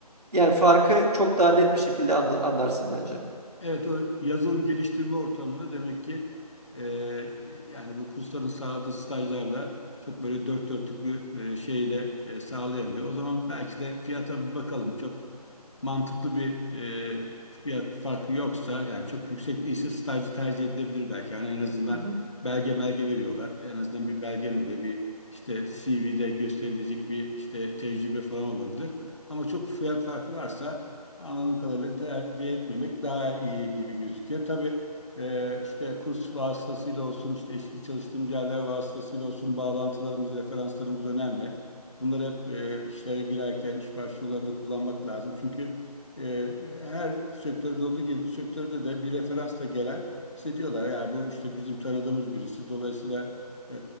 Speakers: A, on the right (about 70°); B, on the left (about 45°).
A: yani farkı çok daha net bir şekilde anla- anlarsın bence.
B: Evet, o yazılım geliştirme ortamını demek ki e, yani bu kursların sağladığı stajlarla çok böyle dört dörtlük bir e, şeyle e, sağlayamıyor. O zaman belki de fiyata bir bakalım. Çok mantıklı bir e, fiyat farkı yoksa yani çok yüksek değilse stajcı tercih edilebilir belki. Yani en azından
A: Hı hı.
B: belge melge veriyorlar. En azından bir belgen oluyor. Bir işte CV'de gösterilecek bir işte tecrübe falan olabilir. Ama çok fiyat farkı varsa anladığım kadarıyla tercih etmemek daha iyi gibi gözüküyor. Tabii e, işte kurs vasıtasıyla olsun, işte eski çalıştığımız yerler vasıtasıyla olsun bağlantılarımız, referanslarımız önemli. Bunları hep e, işlere girerken, iş başvurularında kullanmak lazım. Çünkü e, her sektörde olduğu gibi bu sektörde de bir referansla gelen işte diyorlar ya bu işte bizim tanıdığımız birisi dolayısıyla e,